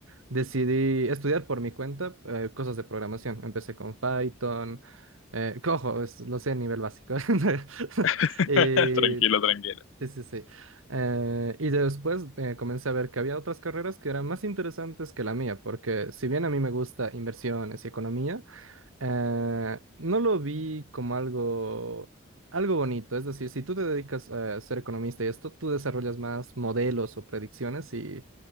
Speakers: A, on the right; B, on the left.
A: decidí estudiar por mi cuenta eh, cosas de programación. Empecé con Python, eh, cojo, lo sé a nivel básico. <laughs>
B: <laughs>
A: Eh,
B: Tranquilo, tranquilo.
A: Sí, sí, sí. Eh, y después eh, comencé a ver que había otras carreras que eran más interesantes que la mía, porque si bien a mí me gusta inversiones y economía, eh, no lo vi como algo, algo bonito. Es decir, si tú te dedicas eh, a ser economista y esto, tú desarrollas más modelos o predicciones y